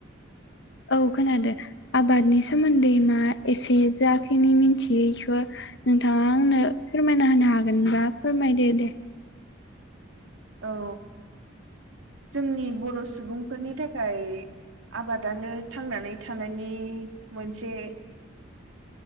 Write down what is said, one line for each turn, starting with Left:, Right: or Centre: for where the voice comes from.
Left: औ खोनादों। आबादनि सोमोन्दै मा एसे जाखिनि मिथियि बेखौ नोंथाङा आंनो फोरमायना होनो हागोनबा फोरमायदो दे।
Right: औ जोंनि बर' सुबुंफोरनि थाखाय आबादानो थांनानै थानायनि मोनसे